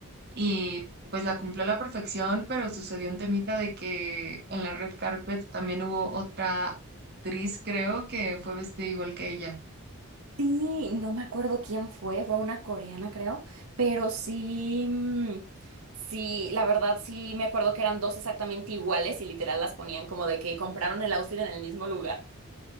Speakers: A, on the right; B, on the right.
A: y pues la cumplió a la perfección, pero sucedió un temita de que en la red carpet también hubo otra actriz, creo, que fue vestida igual que ella.
B: Sí, no me acuerdo quién fue, fue una coreana creo, pero sí, mm, sí, la verdad sí me acuerdo que eran dos exactamente iguales y literal las ponían como de que compraron el outfit en el mismo lugar.